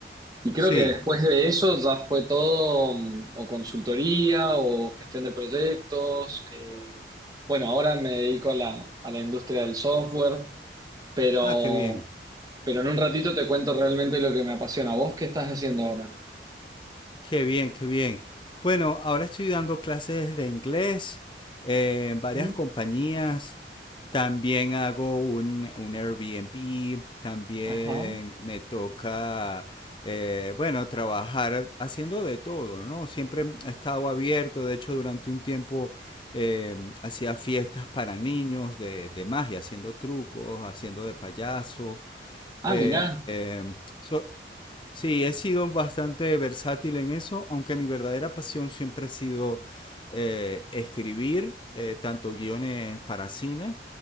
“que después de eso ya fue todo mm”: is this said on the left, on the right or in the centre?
Right